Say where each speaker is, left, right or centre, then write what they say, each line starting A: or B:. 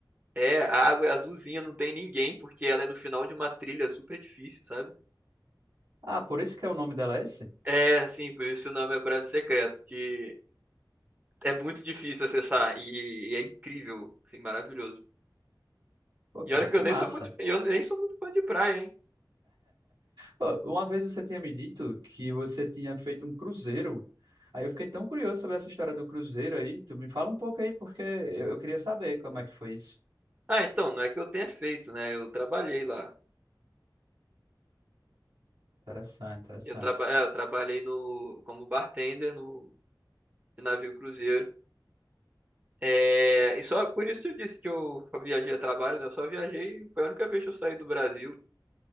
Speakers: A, on the right; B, on the right.
A: é, a água é azulzinha, não tem ninguém, porque ela é no final de uma trilha super difícil, sabe?
B: Ah, por isso que é o nome dela é esse?
A: É, sim, por isso o nome é Prédio Secreto, que é muito difícil acessar e, e é incrível, assim, maravilhoso.
B: Pô,
A: E
B: cara,
A: olha
B: que
A: que eu nem
B: massa.
A: sou muito, eu nem sou muito fã de praia, hein?
B: Pô, Uma vez você tinha me dito que você tinha feito um cruzeiro. Aí eu fiquei tão curioso sobre essa história do cruzeiro aí. Tu me fala um pouco aí, porque eu, eu queria saber como é que foi isso.
A: Ah, então, não é que eu tenha feito, né? Eu trabalhei lá.
B: Interessante, interessante.
A: Eu, traba, é, eu trabalhei no como bartender no de navio cruzeiro. É, e só por isso eu disse que eu só viajei a trabalho, né? Eu só viajei, foi a única vez que eu saí do Brasil,